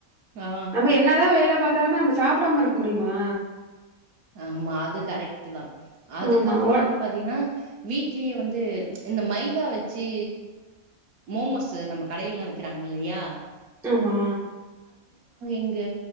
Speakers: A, on the right; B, in the centre.
A: ஆ
B: நம்ம என்ன தா வேல பாத் திறமே நம்ம சாப்பிடாம இருக்க முடியுமா
A: ஆமா அது கரெக்ட் தான அதுக்கப்புற
B: ஆமா ஒ
A: வந்து பாத்தீங்கன்னா வீட்லயே வந்து இது இந்த மைதா வச்சு மோமோஸ் நம்ம கடையிலல்லா வெக்கிறாங்க இல்லையா
B: ஆமா
A: இங்கு